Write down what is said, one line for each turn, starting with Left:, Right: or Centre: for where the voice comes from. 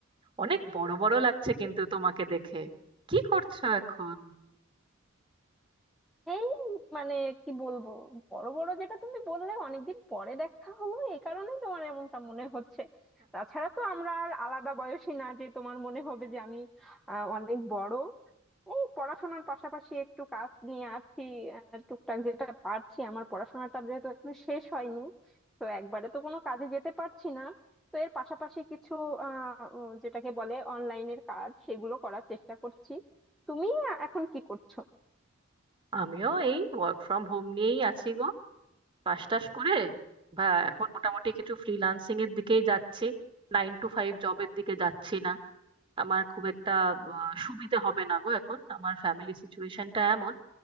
Right: অনেক বড় বড় লাগছে কিন্তু তোমাকে দেখে কি করছো এখন
Centre: এই মানে কি বলবো বড় বড় যেটা তুমি বললে অনেকদিন পরে দেখা হলো এই কারণেই তোমার এমনটা মনে হচ্ছে তাছাড়া তো আমরা আর আলাদা বয়সী না যে তোমার মনে হবে যে আমি আহ, অনেক বড় এই পড়াশোনার পাশাপাশি একটু কাজ নিয়ে আছি আহ, টুকটাক যেটা পারছি আমার পড়াশোনাটা যেহেতু এখনো শেষ হয়নি তো একবারে তো কোনো কাজে যেতে পারছি না তো এর পাশাপাশি কিছু আহ উম, যেটাকে বলে অনলাইনের কাজ সেগুলো করার চেষ্টা করছি তুমি আহ, এখন কি করছো
Right: আমিও এই ওয়ার্ক ফ্রম হোম নিয়েই আছি গো পাশ টাশ করে বা এখন মোটামুটি কিছু ফ্রিল্যান্সিং এর দিকেই যাচ্ছি নাইন টু ফাইভ জবের দিকে যাচ্ছি না আমার খুব একটা আহ, সুবিধে হবে না গো এখন আমার ফ্যামিলি সিচুয়েশনটা এমন